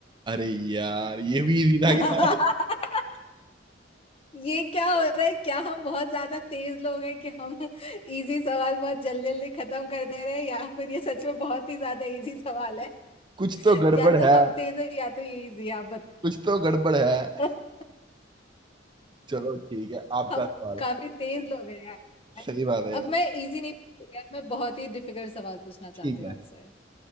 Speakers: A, on the right; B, on the left.
A: अरे यार ये भी इजी था
B: <laughs>
A: क्या
B: ये क्या हो रहा है क्या हम बहुत ज्यादा तेज लोग हैं कि हम इजी सवाल बहुत जल्दी जल्दी खत्म कर दे रहे हैं या फिर ये सच में बहुत ही ज्यादा इजी सवाल है?
A: कुछ तो गड़बड़
B: या तो
A: है
B: हम तेज है या तो ये इजी है आप बताओ
A: कुछ तो गड़बड़ है
B: <laughs>
A: चलो ठीक है आपका
B: हम
A: सवाल
B: काफी तेज लोग हैं यार
A: सही बात है यार
B: अब मैं इजी नहीं पूछूंगी अब मैं बहुत ही डिफिकल्ट सवाल पूछना चाहती
A: ठीक
B: हूँ
A: है
B: आपसे